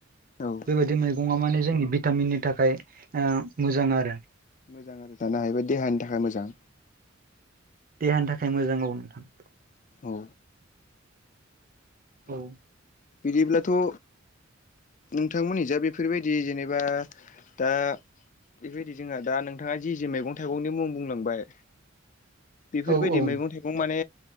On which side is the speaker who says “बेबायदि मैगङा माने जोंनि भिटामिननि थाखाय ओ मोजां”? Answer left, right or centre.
Right